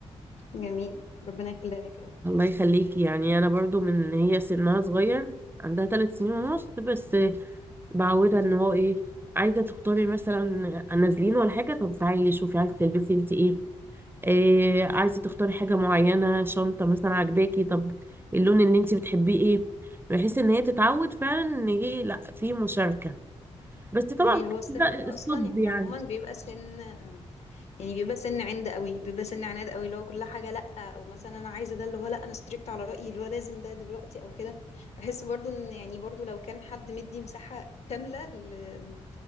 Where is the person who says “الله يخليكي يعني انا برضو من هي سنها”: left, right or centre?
Right